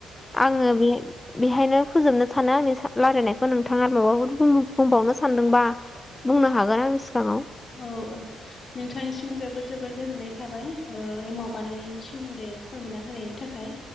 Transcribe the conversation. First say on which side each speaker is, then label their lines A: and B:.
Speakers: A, on the left; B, on the left.
A: आङो बे बेहायनो फोजोबनो सानो आंनि रायलायनायखौ नोंथाङ आरो माबाफोर बुंबावनो सानदोंबा बुंनो हागोन आं सिगाङाव
B: औ औ नोंथांसिम जोबोद जोबोद गोजोननाय थाबाय एमाव बानायनायनि सोमोन्दै फोरमायना होनायनि थाखाय